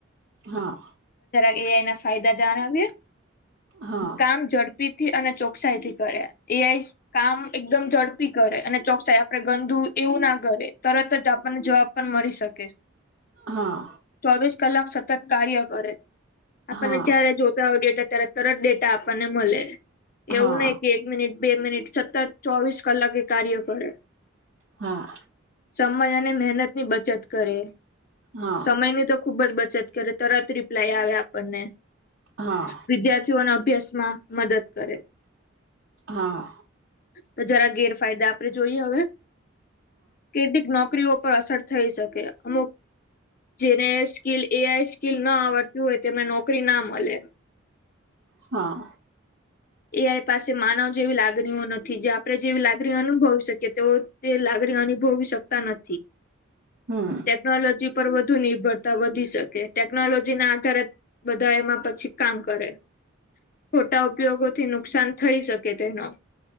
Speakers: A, on the right (about 60°); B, on the left (about 45°).
A: હા
B: એ એના ફાયદા જણાવએ
A: હા
B: કામ ઝડપી થી અને ચોકસાઈ થી કરે એઈ કામ એકદમ ઝડપી કરે અને ચોક્કસાય આપડે ગંદુ એવું ના કરે તરત જ આપણને જવાબ પણ મળી શકે
A: હા
B: ચોવીસ કલાક સતત કાર્ય, કરે આપણને
A: હા
B: જય્યારે જોતા, હો ડેટા ત્યારે તરત ડેટા આપણને મળે એવું
A: હા
B: નહિ, કે એક મિનિટ બે મિનિટ સતત ચોવીસ કલાકે, એ કાર્ય કરે
A: હા.
B: જ અને મહેનત ની બચત, કરે
A: હા હા
B: સમયની તો ખુબજ બચત કર કરે, તરત રિપ્લાય આવે આપણને
A: હા
B: વિદ્યાર્થીઓના અભ્યાસ મા મદદ કરે
A: હા
B: તો જરા ગેરફાયદા, આપે જોઈએ, હવે કેટલીક નોકરીઓ પર અસર થઈ, શકે અમુક જેને સ્કીલ એઆઈ સ્કીલ, ન આવડતી હોય, તેમને નોકરી ના મળે
A: હા
B: એ આઈ પાસે માનવ જેવી, લાગણીઓ નથી, જે આપે જેવી, લાગણીઓ અનુભવી શકીએ તે તે લા ગાડી, અનુભવી શકતા નથી.
A: હમ્મ.
B: ટેકનોલોજી પર વધુ નિર્ભરતા વધી, શકે ટેકનોલોજીના આધારે બધા, એમાં પછી કામ કરે, ખોટા ઉપયોગો નુકસાન થઈ, શકે તેનો